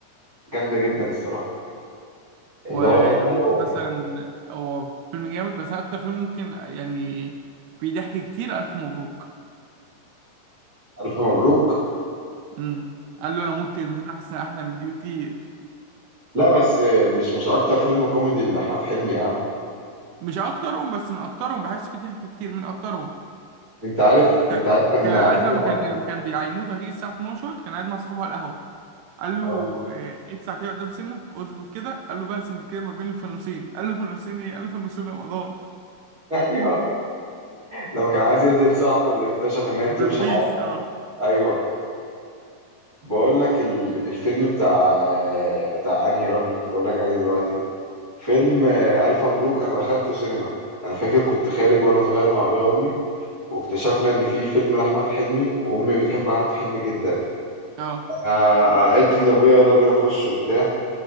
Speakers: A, on the right; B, on the right.
A: جامده جدا الصراحه اللي
B: وممكن
A: هو ايه الحلاوه دي
B: مثلا هو فيلم جامد بس انا اكتر فيلم ممكن يعني في ضحك كتير الف مبروك
A: الف مبروك
B: امم قال له انا مت متت احسن احلى من دي بكتير
A: لا بس آه، مش مش اكتر فيلم كوميدي لاحمد حلمي يا عم
B: مش اكترهم بس من اكترهم بحس في ضحك كتير من اكترهم
A: انت عارف انت
B: ك-
A: عارف ان
B: كان
A: الف
B: عارف لما
A: مبروك
B: كان لما كان بي- هيموت وهتيجي الساعه 12 كان قاعد مع صاحبه على القهوه قال له
A: اه
B: إيه، اطلع كده قدام سنة اظبط كده قال له بس انت كده ما بين الفانوسين قال له فانوسين ايه قال له فانوسين رمضان
A: <laughs> ايوه لما كان عايز يقتل صاحبه اللي اكتشف ان هي بتمشي
B: برودويز
A: مع اخته
B: اه
A: ايوه بقول لك ال- الفيلم بتاع بتاع انهي يا رب اللي كنت اقول لك عليه دلوقتي فيلم آه، الف مبروك انا دخلته سينما انا فاكر كنت خارج وانا صغير مع ابويا وامي واكتشفنا ان في فيلم لاحمد حلمي وامي بتحب احمد حلمي جدا
B: اه
A: آه، قالت لي لابويا يلا بينا نخش وبتاع